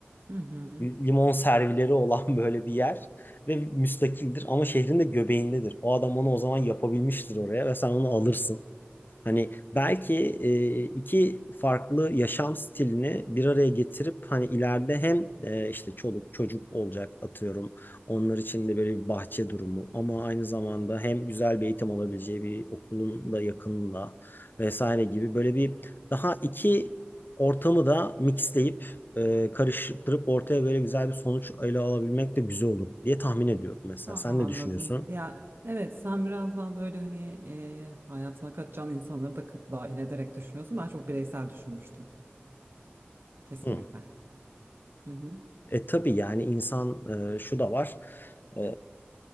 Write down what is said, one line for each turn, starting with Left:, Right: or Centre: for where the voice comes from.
Right: Hı hı.
Left: limon servileri olan <laughs> böyle bir yer ve müstakildir ama şehrin de göbeğindedir. O adam onu o zaman yapabilmiştir oraya ve sen onu alırsın. Hani belki e, iki farklı yaşam stilini bir araya getirip hani ileride hem e, işte çoluk çocuk olacak atıyorum. Onlar için de böyle bir bahçe durumu ama aynı zamanda hem güzel bir eğitim alabileceği bir okulun da yakınında vesaire gibi böyle bir daha iki ortamı da mixleyip e, karıştırıp ortaya böyle güzel bir sonuç ele alabilmek de güzel olur diye tahmin ediyorum mesela.
Right: Aa,
Left: Sen ne
Right: anladım.
Left: düşünüyorsun?
Right: Ya evet sen biraz daha böyle hani e, hayatına katacağın insanları da kat, dahil ederek düşünüyorsun. Ben çok bireysel düşünmüştüm. Kesinlikle.
Left: Hı.
Right: Hı hı.
Left: E tabii yani insan e, şu da var. E,